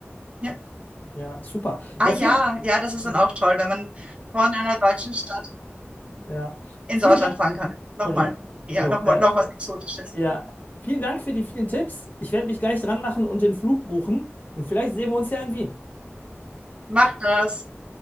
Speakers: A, on the right (about 25°); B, on the left (about 40°).
A: Ja.
B: Ja, super.
A: Ah
B: Ja,
A: ja,
B: vielen,
A: ja, das ist
B: ja,
A: dann auch toll, wenn man von einer deutschen Stadt
B: ja.
A: ins
B: Vielen
A: Ausland
B: Dank.
A: fahren kann. Nochmal.
B: Entschuldigung, Entschuldigung.
A: Ja, nochmal,
B: Äh,
A: noch was Exotisches.
B: ja, vielen Dank für die vielen Tipps. Ich werde mich gleich dran machen und den Flug buchen. Und vielleicht sehen wir uns ja in Wien.
A: Mach das.